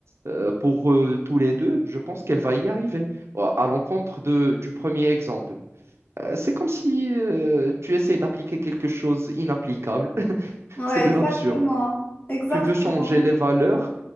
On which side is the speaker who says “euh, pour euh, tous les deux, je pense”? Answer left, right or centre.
Right